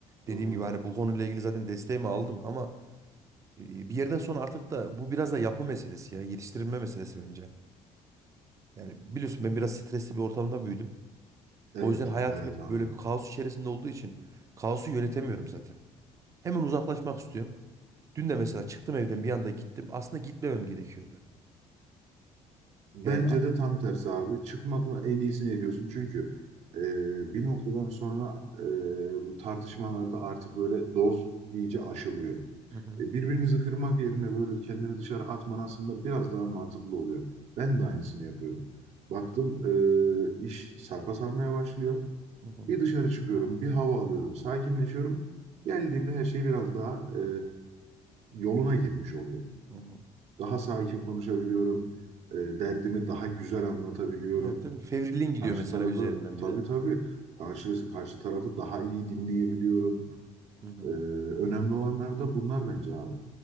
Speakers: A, on the right; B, on the right.
A: dediğim
B: Hı hı.
A: gibi hani bu konuyla ilgili zaten desteğimi aldım ama e, bir yerden sonra artık da bu biraz da yapı meselesi ya yetiştirilme meselesi bence. Yani biliyorsun ben biraz stresli bir ortamda büyüdüm.
B: Evet,
A: O yüzden hayatım
B: evet
A: hep
B: abi.
A: böyle bir kaos içerisinde olduğu için kaosu yönetemiyorum zaten. Hemen uzaklaşmak istiyorum. Dün de mesela çıktım evden bir anda gittim. Aslında gitmemem gerekiyordu.
B: Bence
A: Yani a-
B: de tam tersi abi. Çıkmakla en iyisini ediyorsun. Çünkü e, bir noktadan sonra e, bu tartışmalarda artık böyle doz iyice aşılıyor.
A: Hı hı.
B: E, birbirinizi kırmak yerine böyle kendini dışarı atman aslında biraz daha mantıklı oluyor. Ben de aynısını yapıyorum. Baktım e, iş sarpa sarmaya başlıyor.
A: Hı hı.
B: Bir dışarı çıkıyorum, bir hava alıyorum, sakinleşiyorum. Geldiğimde her şey biraz daha e, yoluna girmiş oluyor.
A: Hı hı.
B: Daha sakin konuşabiliyorum. E, derdimi daha güzel anlatabiliyorum.
A: evet değil mi? Fevriliğin gidiyor
B: Karşı
A: mesela
B: tarafı
A: üzerinden
B: tabii
A: bir de.
B: tabii karşı karşı tarafı daha iyi dinleyebiliyorum.
A: Hı hı.
B: E, önemli olanlar da bunlar bence abi.